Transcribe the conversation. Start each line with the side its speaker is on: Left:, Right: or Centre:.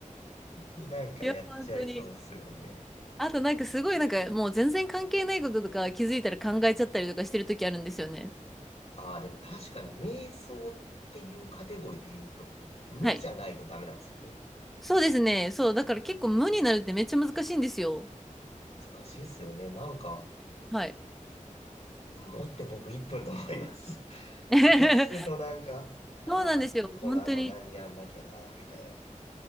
Left: になんかやっちゃいそうっすよね。
Centre: いや、本当に。あと、なんかすごい、なんかもう全然関係ないこととか気づいたら考えちゃったりとかしてる時あるんですよね。
Left: ああ、でも確かに瞑想っていうカテゴリーで言うと、無じゃないとダメなんですよね。
Centre: はい。そうですね。そう、だから結構無になるってめっちゃ難しいんですよ。
Left: 難しいっすよね。なんか、
Centre: はい。
Left: 持って僕1分と思います。<laughs>
Centre: <laughs>
Left: 気がつくとなんか、ああ、
Centre: そうなんですよ。
Left: この後何やんなきゃな、
Centre: 本当に。
Left: みたいな。